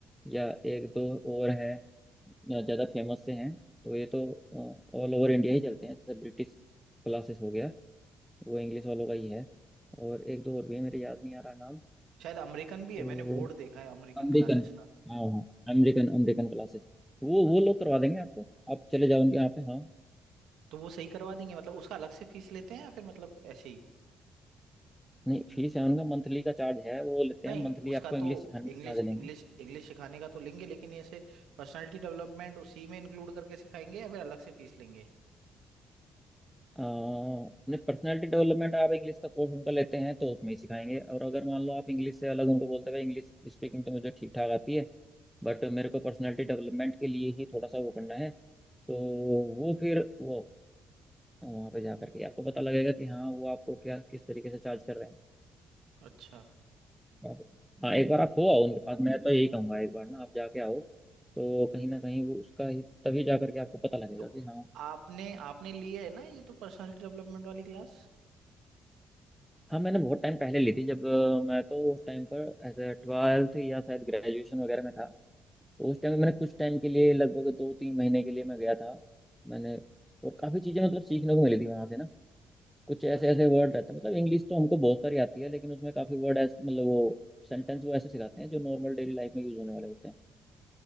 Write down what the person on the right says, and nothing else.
शायद अमेरिकन भी
है मैंने बोर्ड देखा है अमेरिकन
क्लासेस का
अच्छा
तो वो सही करवा देंगे मतलब उसका अलग से फीस लेते हैं या फिर मतलब ऐसे ही
नहीं
उसका
तो
इंग्लिश
इंग्लिश इंग्लिश सिखाने का तो लेंगे लेकिन ऐसे पर्सनालिटी डेवलपमेंट उसी में इंक्लूड करके सिखाएंगे या फिर अलग से फीस लेंगे
अच्छा
ये
भी-
तो
आपने आपने लिए है ना ये तो पर्सनालिटी डेवलपमेंट वाली क्लास
अच्छा,